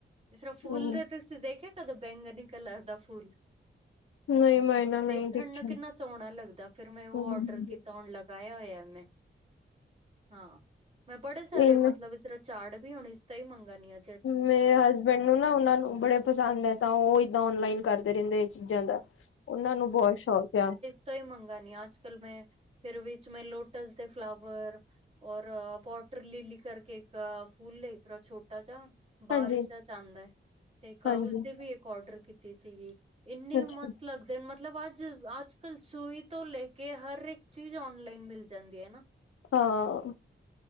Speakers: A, on the right; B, on the left.
A: ਇਸ ਤਰ੍ਹਾਂ ਫੂਲ
B: ਹਮ
A: ਦੇ ਤੁਸੀਂ ਦੇਖਿਆ, ਕਦੋ ਬੈਂਗਨੀ ਕਲਰ ਦਾ ਫੂਲ।
B: ਨਹੀਂ ਮੈਂ ਨਾ
A: ਦੇਖਣ
B: ਨਹੀਂ ਦੇਖਿਆ
A: ਨੂੰ ਕਿੰਨਾ ਸੋਹਣਾ ਲੱਗਦਾ ਫਿਰ ਮੈਂ ਉਹ
B: ਹਮ
A: ਔਡਰ
B: ਹਮ
A: ਕੀਤਾ ਔਨਲਾਈਨ ਗਾਇਆ ਹੋਇਆ ਮੈਂ ਹਾਂ ਮੈਂ ਬੜੇ ਸਾਰੇ
B: ਹਮ
A: ਮਤਲਬ ਇਸ ਝਾੜ ਵੀ ਹੁਣ ਇਸਤਾ ਹੀ ਮੰਗਨੀਆ।
B: ਮੇਰੇ ਹਸਬੈਂਡ ਨੂੰ ਨਾ ਉਹਨਾ ਨੂੰ ਬੜੇ ਪਸੰਦ ਐ, ਤਾਂ ਉਹ ਏਦਾਂ ਔਨਲਾਈਨ ਕਰਦੇ ਰਹਿੰਦੇ। ਚੀਜ਼ਾਂ ਦਾ, ਉਹਨਾਂ ਨੂੰ ਬਹੁਤ ਸ਼ੌਕ ਆ।
A: ਤੋਂ ਹੀ ਮੰਗਾਨੀ ਆ, ਅੱਜ-ਕੱਲ ਮੈਂ ਫੇਰ ਵਿਚ ਮੈਂ ਲੋਟਸ ਦੇ ਫਲਾਵਰ ਔਰ, ਪੌਟਰ ਲੀਲੀ ਕਰਕੇ ਇੱਕ ਫੂਲ ਏ, ਇਤਰਾਂ ਛੋਟਾ ਜਾ ਬਾਰਿਸ਼ਾਂ
B: ਹਾਂਜੀ
A: ਚ ਆਂਦਾ, ਤੇ ਕਊਜ਼
B: ਹਾਂਜੀ
A: ਤੇ ਵੀ ਇੱਕ ਔਡਰ ਕੀਤੀ ਸੀਗੀ। ਇੰਨੇ
B: ਅੱਛਾ
A: ਮਸਤ ਲੱਗ ਫਿਰ ਮਤਲਬ ਅੱਜ, ਅੱਜ-ਕੱਲ ਸੂਈ ਤੋ ਲੇਕੇ ਹਰ ਇੱਕ ਚੀਜ਼ ਔਨਲਾਈਨ ਮਿਲ ਜਾਂਦੀ ਏ ਨਾ।
B: ਹਾਂ।